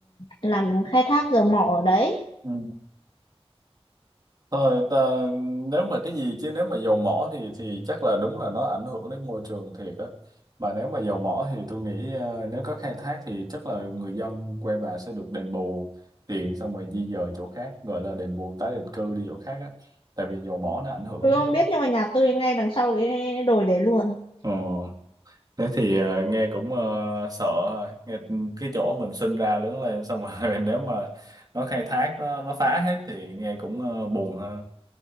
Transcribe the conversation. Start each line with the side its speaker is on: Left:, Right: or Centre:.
Left: làm khai thác dầu mỏ ở đấy
Right: ừ. Thôi ta nếu mà cái gì chứ nếu mà dầu mỏ thì thì chắc là đúng là nó ảnh hưởng đến môi trường thiệt á. Mà nếu mà dầu mỏ thì tôi nghĩ ờ, nếu có khai thác thì chắc là người dân quê bà sẽ được đền bù tiền xong rồi di dời chỗ khác gọi là đền bù tái định cư đi chỗ khác á. Tại vì dầu mỏ nó ảnh hưởng
Left: tôi
Right: đến
Left: không biết nhưng mà nhà tôi ngay đằng sau cái đồi đấy luôn
Right: Ờ, thế thì ờ, nghe cũng ờ, sợ ha. nghe cái chỗ mình sinh ra lớn lên xong rồi <laughs> nếu mà nó khai thác nó, nó phá hết thì nghe cũng ờ, buồn ha.